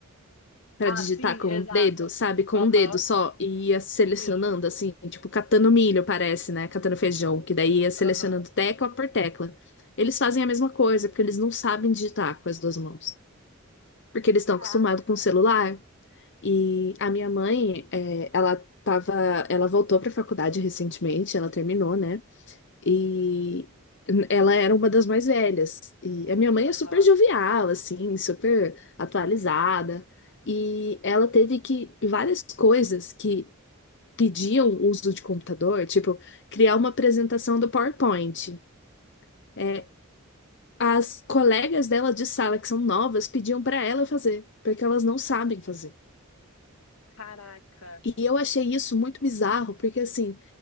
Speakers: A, on the left; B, on the left.
A: pra
B: Ah,
A: digitar
B: sim,
A: com
B: exato.
A: o dedo, sabe? Com
B: Aham,
A: um dedo só, e ia selecionando,
B: sim,
A: assim, tipo, catando milho, parece, né? Catando feijão, que daí ia selecionando
B: aham.
A: tecla por tecla. Eles fazem a mesma coisa, porque eles não sabem digitar com as duas mãos. Porque eles
B: Caraca,
A: estão acostumados com o celular. E a minha mãe, é, ela tava, ela voltou pra faculdade recentemente, ela terminou, né? E ela era uma das mais velhas. E a minha mãe
B: aham.
A: é super jovial, assim, super atualizada. E ela teve que várias coisas que pediam uso de computador, tipo criar uma apresentação do PowerPoint. É, as colegas dela de sala que são novas pediam para ela fazer, porque elas não sabem fazer.
B: Caraca,
A: E eu achei isso muito bizarro, porque assim,